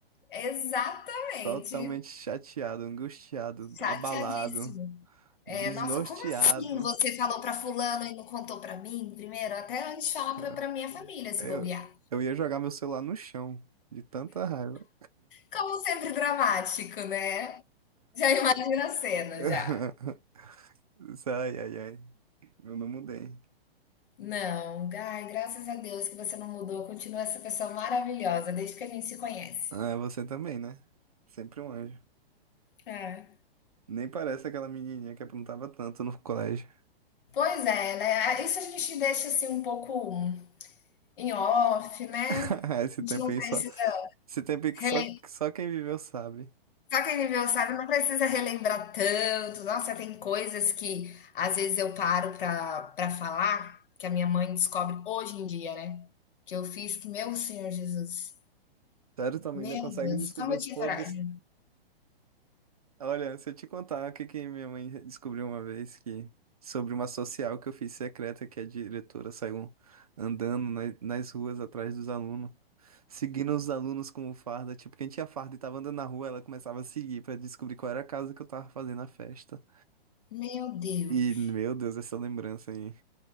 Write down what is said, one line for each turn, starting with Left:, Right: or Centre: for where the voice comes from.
Left: exatamente,
Right: totalmente chateado, angustiado,
Left: chateadíssimo.
Right: abalado, desnorteado.
Left: É, nossa, como assim você falou para fulano e não contou para mim primeiro? Até antes de falar
Right: Ah,
Left: para para minha família, se
Right: Eu,
Left: bobear.
Right: eu ia jogar meu celular no chão, de tanta raiva.
Left: Como sempre dramático, né. Já imagina a cena,
Right: <laughs>
Left: já.
Right: Ai, ai, ai. Eu não mudei.
Left: Não, ai, graças a Deus que você não mudou, continua essa pessoa maravilhosa desde que a gente se conhece.
Right: Ah, você também, né? Sempre um anjo.
Left: É.
Right: Nem parece aquela menininha que aprontava tanto no colégio.
Left: Pois é, né? Isso a gente deixa assim um pouco em off, né?
Right: <laughs>
Left: A
Right: Esse
Left: gente
Right: tempo
Left: não
Right: aí
Left: precisa
Right: só. Esse tempo aí que
Left: relembrar.
Right: só, só quem viveu sabe.
Left: Só quem viveu sabe, não precisa relembrar tanto. Nossa, tem coisas que às vezes eu paro pra, pra falar, que a minha mãe descobre hoje em dia, né? Que eu fiz que, meu Senhor Jesus,
Right: Sério, tua mãe
Left: meu
Right: ainda consegue
Left: Deus,
Right: descobrir
Left: como eu
Right: os
Left: tinha
Right: podres.
Left: coragem.
Right: Olha, se eu te contar o que que minha mãe descobriu uma vez que. Sobre uma social que eu fiz secreta, que a diretora saiu andando na- nas ruas atrás dos alunos, seguindo os alunos com farda. Tipo, quem tinha farda e tava andando na rua, ela começava a seguir pra descobrir qual era a casa que eu tava fazendo a festa.
Left: Meu Deus.
Right: E, meu Deus, essa lembrança aí.